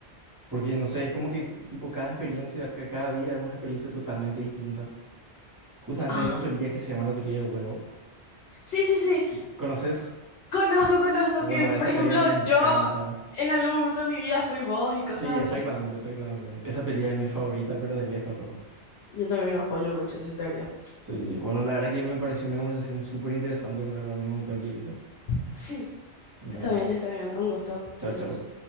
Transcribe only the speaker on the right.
Porque, no sé, es como que, tipo, cada experiencia, ca- cada vida es una experiencia totalmente distinta. Justamente
hay una teoría que se llama la teoría del huevo.
que- que- ¿Conoces?
Bueno,
esa
teoría me encanta.
Sí, exactamente,
exactamente. Esa teoría es mi favorita, pero de lejos, loco.
Sí, bueno, la verdad que me pareció una conversación súper interesante, pero ahora mismo me tengo que ir.
Dale,
chao,
chao.